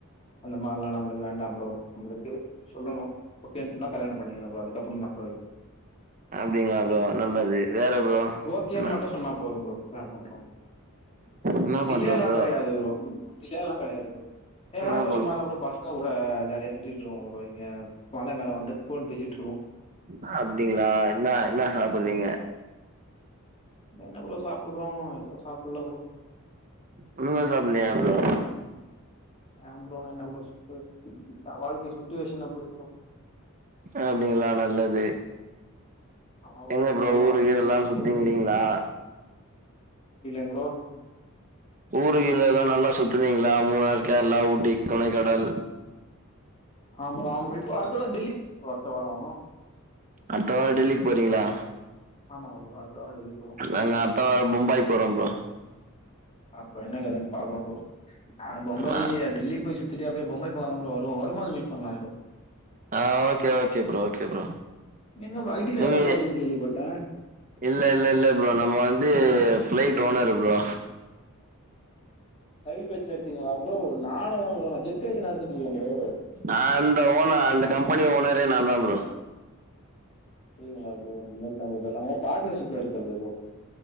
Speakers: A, on the left; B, on the right.
A: அந்த மார்ல்லா நம்பளுக்கு வேண்டா ப்ரோ நம்புளுக்கு சொல்லணு ஓகேன் சொன்னா கல்யாண பண்ணிக்கணு ப்ரோ அதுக்கப்புறோதா
B: அப்டிங்களா ப்ரோ நல்லது வேற ப்ரோ?
A: ஓகேன்
B: என்னா
A: மட்டு சொன்னா போது ப்ரோ வேல முஞ்சுடு
B: என்னா
A: டிலேல்லா
B: பண்ற ப்ரோ?
A: கடையாது ப்ரோ டிலேல்லா கடையாது ப்ரோ ஏனா
B: என்னா
A: ஒரு வருஷமா
B: பண்ற?
A: தா ப்ரோ பசங்க கூட ஜாலியா சுத்திட்டு இருபோ ப்ரோ இங்க மல மேல வந்து ஃபோன் பேசிட்ருக்கோ
B: அ அப்டிங்களா என்னா என்னா சாப்புறீங்க
A: இங்க என்ன ப்ரோ சாப்புட்றோ எதுவு சாப்டல ப்ரோ
B: ஒன்னுமே சாப்பலையா ப்ரோ
A: ஏ ப்ரோ நா என்ன ப்ரோ சுட்டு வாழ்கை சுட்சுவேஷன் அப்டி ப்ரோ
B: அப்டிங்களா நல்லது
A: ஆமா
B: எங்க ப்ரோ ஊரு
A: நல்லது
B: கீருல்லா
A: எல்லா கெட்டது
B: சுத்தினு இல்லைகங்களா
A: இல்ல ப்ரோ
B: ஊரு
A: ஆமா
B: கீரெல்லா
A: ப்ரோ
B: நல்லா சுத்துனீங்களா மூணார், கேரளா, ஊட்டி, கொடைக்கானல்
A: ஆமா ரோ ஆமா ரோ இப்ப அடுத்ததா டெல்லி அடுத்த வாரோ
B: அடுத்த வாரோ டெல்லிக்கு போறீங்களா
A: ஆமா ப்ரோ அடுத்த வாரோ டெல்லி போறோ
B: நாங்க அடுத்த வாரோ பும்பாய் போறோம் ப்ரோ
A: அப்ப என்ன கதன் பாப்போ ப்ரோ நாங்க பொம்பாய்
B: ஆ
A: டெல்லி போய் சுத் திட்டு அப்டே பொம்பாய் போலாந்தா ப்ரோ வருவோ வரும் போது மீட் பண்ணலா ப்ரோ
B: ஆ okay okay bro okay bro
A: எங்க ப்ரோ ஐ டில
B: நீங்க
A: வேல பாக்குறீங்கனு கேள்விப்பட்ட
B: இல்ல இல்ல இல்ல ப்ரோ நம் வந்து ஃபளைட் ஓனரு ப்ரோ
A: ஃபளைட் வச்சத நடுத்தீங்களா ப்ரோ நானு அதா ப்ரோ நா ஜெட் வச்சி நடத்துட்டு இருக்க ப்ரோ
B: ஆ அந்த ஓன அந்த கம்பெனி ஓனரே நா தா ப்ரோ
A: அப்டிங்களா ப்ரோ நம்ம நம்முள்து பாட்னர்ஷிப்ல இருக்கறது ப்ரோ